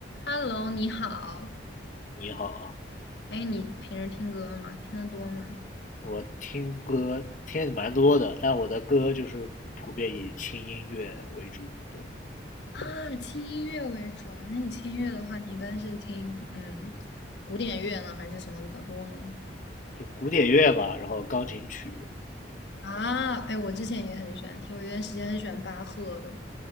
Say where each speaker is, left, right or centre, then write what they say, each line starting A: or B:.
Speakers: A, on the left; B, on the left.
A: Hello，你好。
B: 你好啊，
A: 哎，你平时听歌吗？听得多吗？
B: 我听歌听的蛮多的，但我的歌就是普遍以轻音乐为主，对，
A: 啊，轻音乐为主啊。那你轻音乐的话，你一般是听嗯古典乐呢，还是什么比较多呢？
B: 就古典乐吧，然后钢琴曲，
A: 啊，哎，我之前也很喜欢听，我有段时间很喜欢巴赫的。